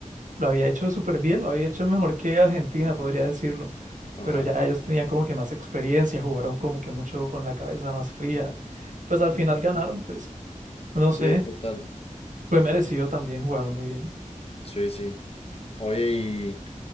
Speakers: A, on the right; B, on the left.
A: lo había hecho súper bien, lo había hecho mejor que Argentina, podría decirlo.
B: Ajá.
A: Pero ya ellos tenían como que más experiencia, jugaron como que mucho con la cabeza más fría. Pues al final ganaron, pues, no sé,
B: Sí, total.
A: fue merecido también, jugaron muy bien.
B: Sí, sí. Oye, ¿y